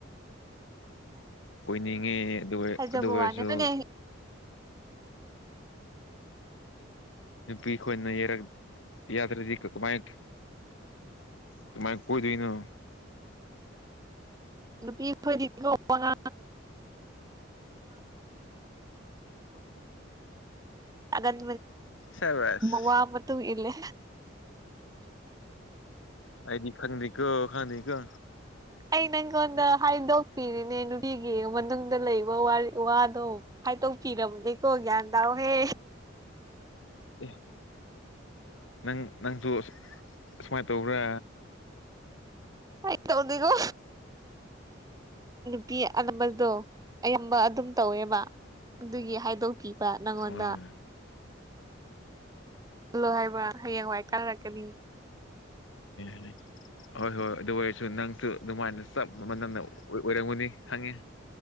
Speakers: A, on the left; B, on the right.
A: ꯑꯣꯏꯣꯏꯅꯤꯡꯉꯦ ꯑꯗꯨ
B: ꯍꯥꯏꯖꯕ
A: ꯑꯣꯏꯔꯁꯨ
B: ꯋꯥꯅꯦ ꯍꯣꯏꯅꯦ
A: ꯎ ꯅꯨꯄꯤꯈꯣꯏꯅ ꯌꯦꯔ ꯌꯥꯗ꯭ꯔꯗꯤ ꯀꯃꯥꯏ ꯀꯃꯥꯏ ꯀꯣꯏꯗꯅ
B: ꯅꯨꯄꯤ ꯐꯣꯏꯗꯤꯉ ꯄꯥꯗ ꯍꯥꯏ
A: ꯁꯕꯥꯁ
B: ꯎ ꯋꯥ ꯃꯇꯨꯡ ꯏꯜꯂꯦ
A: ꯑꯩꯗꯤ ꯈꯪꯅꯤ ꯀꯣ ꯈꯪꯅꯤ ꯀ
B: ꯑꯩ ꯅꯪꯉꯣꯟꯗ ꯍꯥꯏꯗꯣꯛꯄꯤꯔꯤꯅꯦ ꯅꯨꯄꯤꯒꯤ ꯃꯅꯨꯡꯗ ꯂꯩꯕ ꯋꯥꯗꯣ ꯇ ꯐꯤꯔꯝꯅꯤ ꯀꯣꯒ꯭ꯌꯥꯗꯥꯑꯣꯍꯦ
A: ꯎ ꯅꯪ ꯅꯪꯁꯨ ꯑꯁꯨꯃꯥꯏꯅ ꯇꯧꯕ꯭ꯔꯥ
B: ꯑꯩ ꯇꯒꯣ ꯄꯤ ꯑꯅꯝꯕꯗꯣ ꯑꯌꯥꯝꯕ ꯑꯗꯨꯝ ꯇꯧꯋꯦꯕ ꯑꯗꯨꯒꯤ ꯍꯥꯏꯗꯣꯛꯄꯤ ꯅꯪꯣꯗ
A: ꯑꯥ
B: ꯂꯣ ꯍꯥꯏꯕ꯭ꯔ ꯍꯌꯦꯡꯋꯥꯏ ꯀꯜꯂꯛꯀꯅꯤ
A: <unintelligible> ꯍꯣꯏ ꯍꯣꯏ ꯑꯗꯨ ꯑꯣꯏꯔꯁꯨ ꯅꯪꯁꯨ ꯑꯗꯨꯃꯥꯏꯅ ꯆꯞ ꯃꯝꯅ ꯑꯣꯏꯔꯝꯒꯨꯅꯤ ꯈꯪꯉꯤ